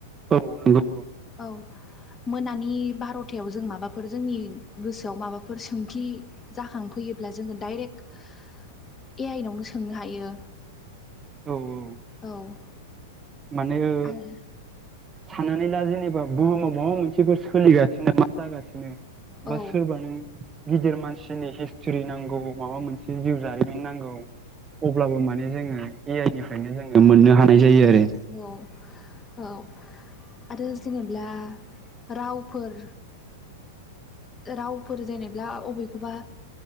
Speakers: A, on the right; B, on the left.
A: औ नंगौ <unintelligible>
B: औ मोनानि बारथायाव जों माबाफोर जोंनि गोसोआव माबाफोर सोंथि जाखांफैयोब्ला जोङो डाइरेक्ट ए आइ नावनो सोंनो हायो।
A: औ औ
B: औ
A: माने ओ
B: आरो
A: साननानै ला जेनेबा बुहुमाव माबा मोनसेफोर सोलिगासिनो मा जागासिनो बा
B: औ
A: सोरबानो गिदिर मानस सिनि हिसटिरि नांगौ। माबा मोनसे जिउ जारि मिन नांगौ। अब्लाबो माने जोङो ए आइ निफ्रायनो जोङो मोननो हानाय जायो आरो।
B: औ औ आरो जेनेब्ला रावफोर रावफोर जेनेब्ला अबेखौबा